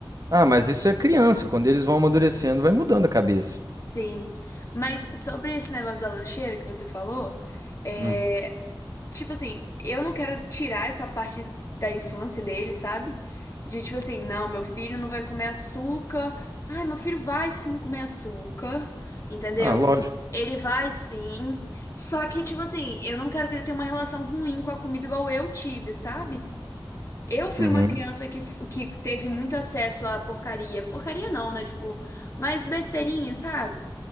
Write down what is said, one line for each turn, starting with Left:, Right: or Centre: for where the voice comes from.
Right: Ah, mas isso é criança. Quando eles vão amadurecendo, vai mudando a cabeça.
Left: Sim. Mas sobre esse negócio da lancheira que você falou, é,
Right: Hum.
Left: tipo assim, eu não quero tirar essa parte da infância dele, sabe? De tipo assim, não, meu filho não vai comer açúcar. Ai, meu filho vai sim comer açúcar, entendeu?
Right: Ah, lógico.
Left: Ele vai sim. Só que, tipo assim, eu não quero que ele tenha uma relação ruim com a comida igual eu tive, sabe? Eu fui
Right: Uhum,
Left: uma criança que, que teve muito acesso à porcaria. Porcaria não, né? Tipo, mas besteirinha, sabe?